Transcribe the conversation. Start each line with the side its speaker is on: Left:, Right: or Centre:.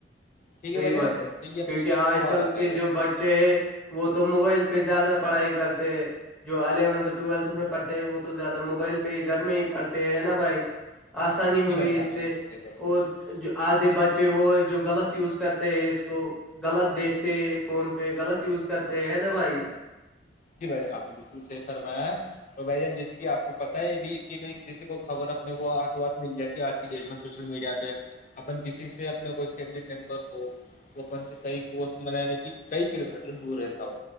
Left: ٹھیک
Centre: صحی
Left: بھائی
Centre: بات
Left: جان
Centre: ہے
Left: تو یہ اپنے
Centre: کیونکہ آج
Left: کو سو بار
Centre: کل
Left: بتائے
Centre: کے
Left: گا
Centre: جو بچ چے ہے وہ تو موبائل پہ زیادہ پڑھائی کرتے ہیں جو الیونتھ ٹویلتھ میں پڑھتے ہیں وہ تو زیادہ موبائل پہ ہی گھر میں ہی پڑھتے نا بھائی آسانی ہوئی
Left: جی بھائی جان
Centre: اس
Left: آپ نے
Centre: سے
Left: بالکل صحیح فرمایا
Centre: اور جو آدھے بچے وہ ہے جو غلط یوز کرتے ہیں اس کو غلط دیکھتے فون پہ غلط یوز کرتے ہیں نا بھائی
Left: جی بھائی جان آپ نے بالکل صحیح فرمایا تو بھائی جان جیسے کہ آپ کو پتا ہے بھی کہ جیسے کوئی خبر اپنے کو ہاتھوں ہاتھ مل جاتی ہے آج کل ڈیٹ میں سوشل میڈیا پہ اپن کسی سے اپنا کوئی فیملی ممبر ہو وہ اپن سے کئی کوس یعنی کہ کئی کلو میٹر دور رہتا ہو